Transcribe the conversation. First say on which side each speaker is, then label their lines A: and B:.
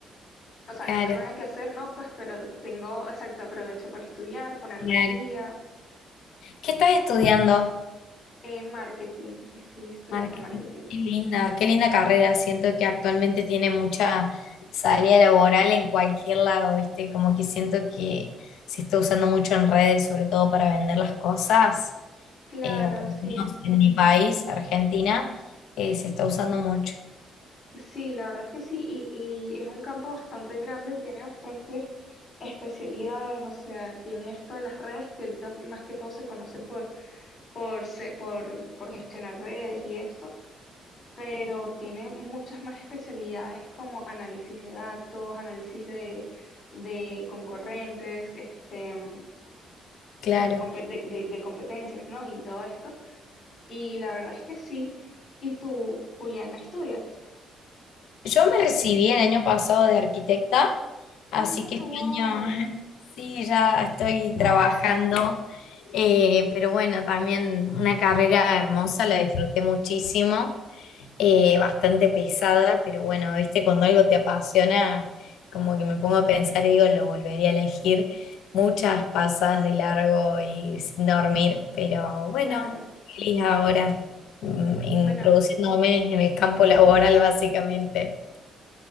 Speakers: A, on the left; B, on the left.
A: O sea,
B: Claro,
A: no tengo nada que hacer, no, pues, pero tengo, exacto, aprovecho para estudiar, ponerme
B: claro.
A: al día.
B: ¿Qué estás estudiando?
A: En marketing, estoy estudiando
B: Marketing.
A: marketing.
B: Qué linda, qué linda carrera. Siento que actualmente tiene mucha salida laboral en cualquier lado, ¿viste? Como que siento que se está usando mucho en redes, sobre todo para vender las cosas.
A: Claro,
B: Eh, o por
A: sí.
B: lo menos en mi país, Argentina, eh, se está usando mucho.
A: Sí, la verdad es que sí, y, y es un campo bastante grande, tiene bastantes especialidades, o sea, tiene esto de las redes que ahorita más que todo se conoce por, por, se- por, por gestionar redes y esto pero tiene muchas más especialidades como análisis de datos, análisis de, de concorrentes, este, mm,
B: Claro.
A: de, compe- de- de- de competencias, ¿no? Y todo esto. Y la verdad es que sí. ¿Y tú, Juliana, estudias?
B: Yo me recibí el año pasado de arquitecta, así
A: Ah,
B: que este
A: wow,
B: año <laughs> sí, ya estoy trabajando, eh, pero bueno, también una carrera hermosa, la disfruté muchísimo, eh, bastante pesada, pero bueno, viste, cuando algo te apasiona, como que me pongo a pensar y digo, lo volvería a elegir muchas pasadas de largo y sin dormir, pero bueno,
A: claro.
B: feliz ahora, mm, introduciéndome
A: Bueno,
B: en el campo laboral básicamente.